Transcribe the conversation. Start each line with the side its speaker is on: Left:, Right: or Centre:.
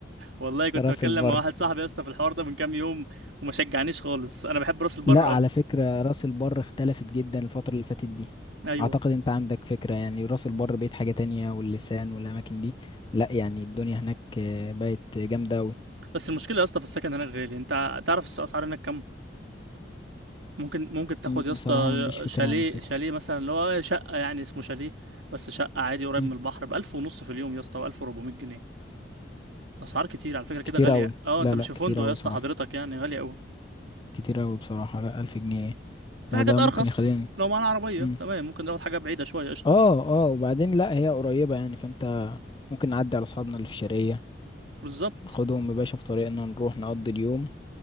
Right: والله كنت
Left: راس
Right: بتكلم
Left: البر
Right: مع واحد صاحبي يا اسطى في الحوار ده من كام يوم وما شجعنيش خالص انا بحب راس البر
Left: لا على
Right: قوي
Left: فكره راس البر اختلفت جدا الفتره اللي فاتت دي
Right: ايوه
Left: اعتقد انت عندك فكره يعني راس البر بقت حاجه تانية واللسان والاماكن دي لا يعني الدنيا هناك آه، بقت جامده قوي
Right: بس المشكله يا اسطى في السكن هناك غالي انت ع- تعرف الس- الاسعار هناك كام ممكن ممكن تاخد يا
Left: بصراحه
Right: اسطى
Left: ما عنديش فكره
Right: شاليه
Left: عن السكن
Right: شاليه مثلا اللي هو شقه يعني اسمه شاليه بس شقه عادي قريب
Left: مم،
Right: من البحر ب 1000 ونص في اليوم يا اسطى و1400 جنيه اسعار كتير على فكره كده
Left: كتير
Right: غاليه
Left: قوي
Right: اه
Left: لا
Right: انت مش
Left: لا
Right: في فندق
Left: كتير قوي
Right: يا اسطى
Left: صراحه
Right: حضرتك يعني غاليه قوي
Left: كتير أوي بصراحة لا ألف جنيه إيه؟
Right: في
Left: لا
Right: حاجات
Left: ده
Right: ارخص
Left: ممكن يخليني
Right: لو معانا عربيه
Left: مم.
Right: تمام ممكن ناخد حاجه بعيده شويه قشطه
Left: اه اه وبعدين لا هي قريبة يعني فانت ممكن نعدي على أصحابنا اللي في الشرقية
Right: بالظبط
Left: ناخدهم يا باشا في طريقنا نروح نقضي اليوم